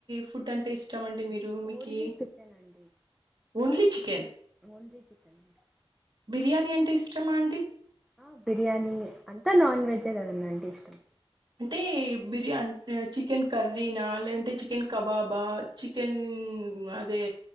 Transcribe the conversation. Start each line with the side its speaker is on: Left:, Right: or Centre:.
Right: ఫుడ్ అంటే ఇష్టం అండి మీరు మీకు
Centre: ఓన్లీ చికెన్ అండి
Right: ఓన్లీ చికెన్
Centre: ఓన్లీ చికెన్ అంతే
Right: బిర్యానీ అంటే ఇష్టమా అండి
Centre: ఆ బిర్యానీ అంతా నాన్ వెజే కదండి అంటే ఇష్టం
Right: అంటే బిర్యా చికెన్ కర్రీనా లేదంటే చికెన్ కబాబా చికెన్ ఉమ్ అదే